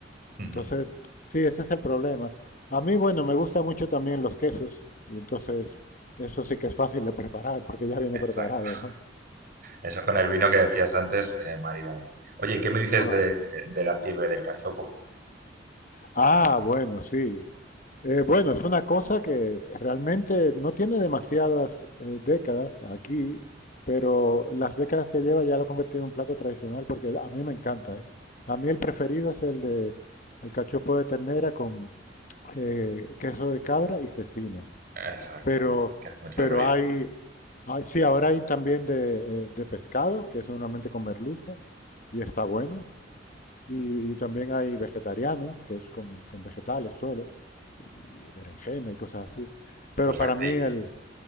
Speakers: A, on the right (about 50°); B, on the left (about 45°).
A: Ujú,
B: Entonces, sí, ese es el problema. A mí, bueno, me gustan mucho también los quesos y entonces eso sí que es fácil de preparar porque ya viene
A: Exacto.
B: preparado, ¿no?
A: Eso con el vino que decías antes, eh, marida muy bien. Oye, ¿y qué me dices
B: Guau.
A: de, de la fiebre del cachopo?
B: Ah, bueno, sí. Eh, bueno, es una cosa que realmente no tiene demasiadas eh, décadas aquí, pero las décadas que lleva ya lo ha convertido en un plato tradicional porque a mí me encanta, ¿eh? A mí el preferido es el de el cachopo de ternera con eh, queso de cabra y cecina.
A: Exacto,
B: Pero,
A: es que hay muchas
B: pero
A: variedades.
B: hay, hay- sí, ahora hay también de, eh, de pescado, que es normalmente con merluza, y está bueno. Y, y también hay vegetariano, que es con, con vegetales solo, y berenjena y cosas así. Pero
A: Pues
B: para
A: aquí,
B: mí el...